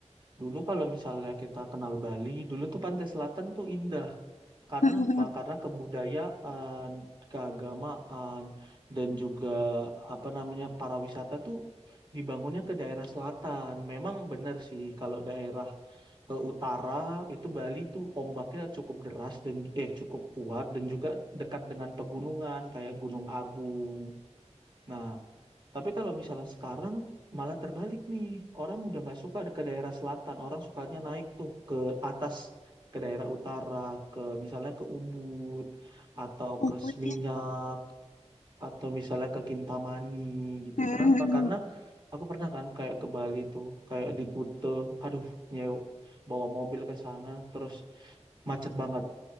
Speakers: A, on the right (about 40°); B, on the left (about 80°).
A: Dulu kalau misalnya kita kenal Bali, dulu tuh pantai selatan tuh indah. Karena
B: <laughs> Mm-mm.
A: apa? Karena kebudayaan, keagamaan, dan juga apa namanya para wisata tuh dibangunnya ke daerah selatan. Memang benar sih kalau daerah ke utara itu Bali tuh ombaknya cukup deras dan eh cukup kuat dan juga dekat dengan pegunungan kayak Gunung Agung. Nah, tapi kalau misalnya sekarang malah terbalik nih. Orang udah nggak suka ke daerah selatan. Orang sukanya naik tuh ke atas, ke daerah utara, ke misalnya ke Ubud, atau
B: Ubud
A: ke Seminyak,
B: ya.
A: atau misalnya ke Kintamani gitu.
B: Mm-mm.
A: Kenapa? Karena aku pernah kan kayak ke Bali tuh, kayak di Kuta, aduh nyew, bawa mobil ke sana, terus macet banget